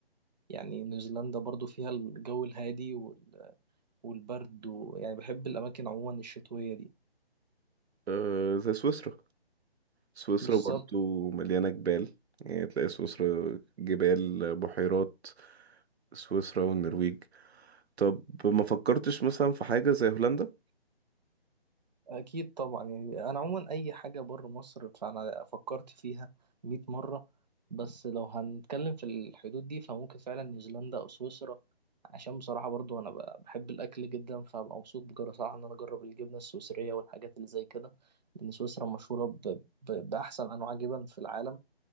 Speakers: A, on the right (about 45°); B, on the right (about 80°).
A: يعني نيوزيلندا برضو فيها الجو الهادي وال- والبرد ويعني بحب الأماكن عموما الشتوية دي
B: آه، زي سويسرا سويسرا
A: بالظبط
B: برضو مليانة جبال يعني تلاقي سويسرا جبال بحيرات سويسرا والنرويج طب ما فكرتش مثلا في حاجة زي هولندا
A: أكيد طبعا يعني أنا عموما أي حاجة بره مصر فأنا فكرت فيها مية مرة بس لو هنتكلم في الحدود دي فممكن فعلا نيوزيلندا أو سويسرا عشان بصراحة برضو أنا ب- بحب الأكل جدا فببقى مبسوط بصراحة إن أنا أجرب الجبنة السويسرية والحاجات اللي زي كده لأن سويسرا مشهورة ب... ب... بأحسن أنواع جبن في العالم